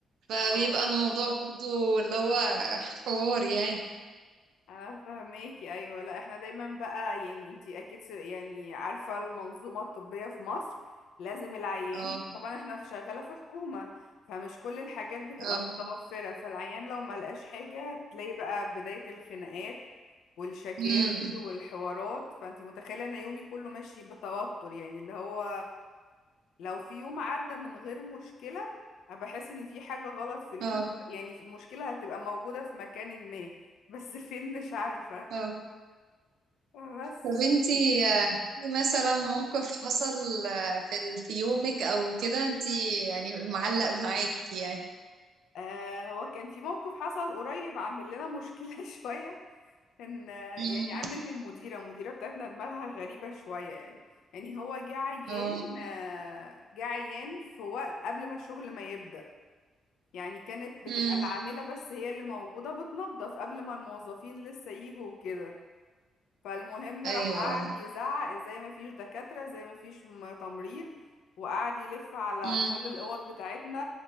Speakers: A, on the right (about 75°); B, on the left (about 85°).
A: فبيبقى
B: اه
A: الموضوع برضو اللي هو حوار يعني
B: انا فهماكي ايوه لا احنا دايما بقى يعني انتي اكيد س- يعني عارفه المنظومه الطبيه في مصر لازم العيان
A: اه
B: طبعا احنا في شغاله في حكومه فمش كل الحاجات بتبقى
A: اه
B: متوفره فالعيان لو ما لقاش حاجه تلاقي بقى بدايه الخناقات والشكاوي
A: امم
B: والحوارات فانتي متخيله ان يومي كله ماشي بتوتر يعني اللي هو لو في يوم عدى من غير مشكله أنا بحس ان في حاجه غلط في اليوم
A: اه
B: يعني في المشكله هتبقى موجوده في مكان ما بس فين مش عارفه
A: آه.
B: بس
A: طب انتي آه، في مثلا موقف حصل آه، في ال- في يومك او كده انتي يعني معلق معاكي يعني
B: آه هو كان في موقف حصل قريب عامل لنا مشكلة <laughs> شوية كان آه،
A: مم.
B: يعني عامل للمديرة المديرة بتاعتنا دماغها غريبة شوية يعني يعني هو جه عيان
A: اه
B: آه، جه عيان في وقت قبل ما الشغل ما يبدأ يعني كانت بتبقى
A: مم.
B: العاملة بس هي اللي موجودة بتنظف قبل ما الموظفين لسه يجوا وكده فالمهم راح
A: ايوه
B: قعد
A: اه
B: يزعق ازاي ما فيش دكاترة ازاي ما فيش م- تمريض وقعد يلف على
A: مم.
B: كل الأوض بتاعتنا